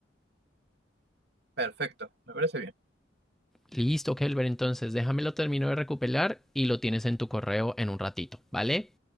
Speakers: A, on the right (about 65°); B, in the centre.
A: Perfecto, me parece bien.
B: Listo, Kelber. Entonces, déjamelo termino de recopilar y lo tienes en tu correo en un ratito, ¿vale?